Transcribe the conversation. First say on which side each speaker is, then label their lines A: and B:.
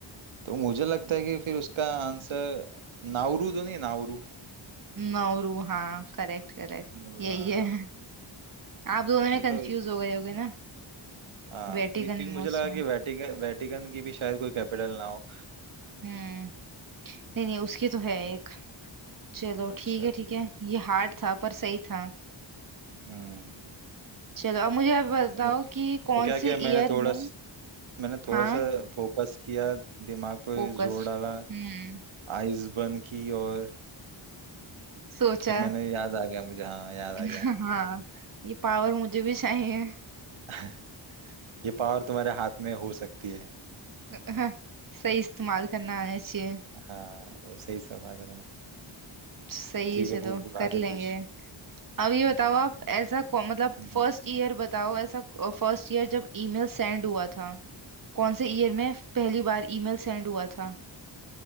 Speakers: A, on the right; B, on the right.
A: तो मुझे लगता है कि फिर उसका आंसर नाउरू तो नहीं नाउरू
B: नौरू हाँ करेक्ट करेक्ट
A: नाउरू
B: यही
A: हाँ
B: है आप दोनों में
A: ये
B: कंफ्यूज
A: तो
B: हो गए होगे ना
A: हाँ
B: वेटिकन
A: मैं- क्योंकि
B: में
A: मुझे
B: उसमें
A: लगा कि वेटिकन वेटिकन की भी शायद कोई कैपिटल ना हो
B: हम्म नहीं नहीं उसकी तो है एक चलो
A: अच्छा
B: ठीक है
A: उसकी
B: ठीक है
A: है।
B: ये हार्ड था पर सही था
A: हम्म
B: चलो अब मुझे आप बताओ
A: और मैंने
B: कि कौन
A: तो क्या किया
B: से
A: मैंने
B: ईयर
A: थोड़ा
B: में
A: स- मैंने
B: हाँ
A: थोड़ा सा फोकस किया दिमाग पे
B: फोकस
A: जोर डाला
B: हम्म
A: आइज बंद की और
B: सोचा
A: फिर मैंने याद आ गया मुझे हाँ याद आ
B: <laughs>
A: गया
B: हाँ ये पावर मुझे भी चाहिए
A: <laughs> ये पावर तुम्हारे हाथ में हो सकती है
B: <laughs> सही इस्तेमाल करना आना चाहिए
A: हाँ वो सही समझ रहा है
B: सही
A: ठीक
B: है चलो
A: है भूल भूल
B: कर
A: आगे
B: लेंगे
A: पूछ
B: अब ये बताओ आप ऐसा कौ- मतलब
A: हम्म,
B: फर्स्ट ईयर बताओ ऐसा फर्स्ट ईयर जब ईमेल सेंड हुआ था कौन से ईयर में पहली बार ईमेल सेंड हुआ था